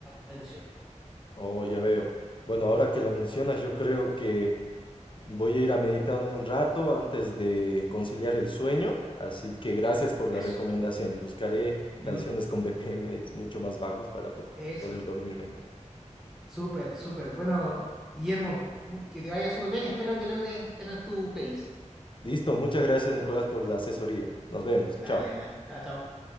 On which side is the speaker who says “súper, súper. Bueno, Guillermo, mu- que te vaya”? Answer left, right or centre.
Centre